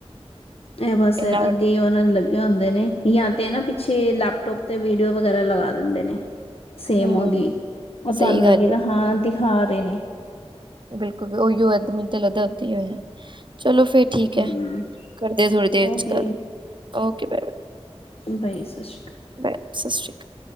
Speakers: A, on the left (about 65°); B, on the right (about 50°).
A: ਇਹ ਬਸ
B: ਇੰਨਾ ਵੱਡਾ
A: ਅੱਗੇ ਉਹਨਾਂ ਲੱਗੇ ਹੁੰਦੇ ਨੇ, ਜਾਂ ਤੇ ਹੈ ਨਾ ਪਿੱਛੇ ਲੈਪਟੋਪ। ਤੇ ਵੀਡੀਓ ਵਗੈਰਾ ਲਗਾ ਦਿੰਦੇ ਨੇ, ਸੇਮ
B: ਹੂੰ
A: ਉਹਦੀਈ ਉਹ ਤੁਹਾਨੂੰ
B: ਸਹੀ ਗੱਲ
A: ਲੱਗੇਗਾ
B: ਹੈ।
A: ਹਾਂ। ਦਿਖਾ ਰਹੇ ਨੇ।
B: ਬਿਲਕੁਲ ਵੀ ਉਹੀਓ ਇਏਦ ਮਨ ਤੇ ਲੱਗਦਾ ਉੱਥੇ ਹੀ ਹੋਇਆ ਚਲੋ ਫੇਰ। ਠੀਕ
A: ਹਮ
B: ਹੈ, ਕਰਦੇ ਆਂ ਥੋੜ੍ਹੀ ਦੇਰ
A: ਓਕੇ
B: ਚ ਗੱਲ, okay bye bye.
A: Bye bye ਸਤਿ ਸ਼੍ਰੀ ਅਕਾਲ।
B: ਬਾਏ ਸਤਿ ਸ਼੍ਰੀ ਅਕਾਲ।